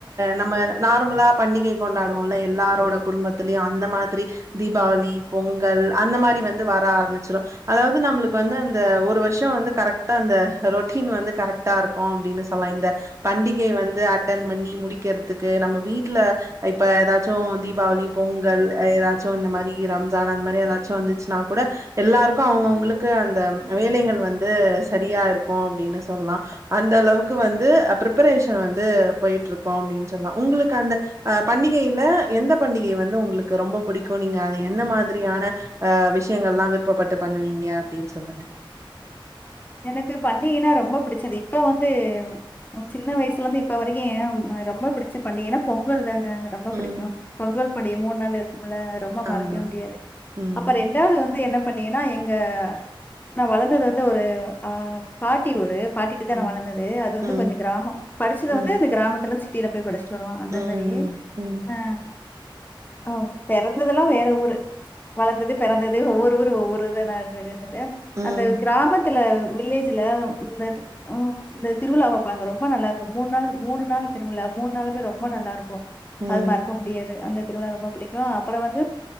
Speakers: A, on the right (about 35°); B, on the left (about 20°).
A: நம்ம நார்மலா பண்டிகை கொண்டாடுவோல்ல எல்லாரோட குடும்பத்துலயு அந்த மாதிரி தீபாவளி பொங்கல் அந்த மாரி வந்து வர ஆரம்பிச்சிரு அதாவ்து நம்மளுக்கு வந்து அந்த ஒ ரு வருஷம் வந்து கரெக்டா அந்த ரொட்டின் வந்து கரெக்டா இருக்கொ அப்டின்னு சொல்லா இந்த பண்டிகை வந்து அட்டன் பண்ணி முடிக்கறதுக்கு நம்ம வீட்டு்ல இப்ப ஏதாச்சு தீபாவளி பொங்கல் ஏதாச்சு இந்த மாரி ரம்ஜான் அந்த மாரி ஏதாச்சு வந்துச்சுன்னா கூட எல்லாருக்கூ அவங்கவுங்களுக்கு அந்தம் வேலைகள் வந்து சரியா இருக்கொ அப்டின்னு சொல்லா அந்த அளவுக்கு வந்து அ பிரிப்பரேஷன் வந்து போயிட்டு இருக்கோப்டின்னு சொல்லா உங்களுக்கு அந்த அ பண்டிகையில எந்த பண்டிகை வந்து உங்களுக்கு ரொம்ப புடிக்கு நீங்க அத என்ன மாதிரியான அ விஷயங்கள்லா விருப்பப்பட்டு பண்ணுவீங்க அப்டின் சொல்லுங்க
B: எனக்கு பண்டிகைனா ரொம்ப புடிச்சது இப்ப வந்து சின்ன வயசுலந்து இப்ப வரைக்கு ஏன் அ ரொம்ப பிடிச்ச பண்டிகைனா பொங்கல் தாங் அ ரொம்ப பிடிக்கு
A: ம்.
B: பொங்கல் பண்டிகை மூண் நாள் இருக்கும்ல ரொம்ப மறக்கவே
A: ஆமா.
B: முடியாது
A: ம்.
B: அப்ப ரெண்டாது வந்து என்ன பண்டிகைனா எங்க நா வளந்தது வந்து ஒரு அ பாட்டி ஊரு பாட்டிட்ட
A: ம்.
B: தா நா வளந்தது அது
A: ம்.
B: வந்து கொஞ்சோ கிராமோ படிச்சது
A: ம்.
B: வந்து இந்த கிராமத்துல சி ட்டில போய் படிச்சிட்டு வருவாங்க அந்த
A: ம்.
B: மரி
A: ம்.
B: ஆ ஓ பெறந்ததுலா வேற ஊரு வளந்தது பெறந்தது ஒவ்வொரு ஊரு ஒவ்வொரு இது நா இருந்தது
A: ம்.
B: அந்த கிராமத்துல வில்லேஜ்ல ஆ இந்த திருவிழா வப்பாங்க ரொம்ப நல்லாருக்கு மூண் நாள் மூணு நாள் திருவிழா மூணு நாளுமே ரொம்ப நல்லாருக்கு
A: ம்.
B: அது மறக்க முடியாது அந்த திருவிழா ரொம்ப பிடிக் ஆ அப்றோ வந்து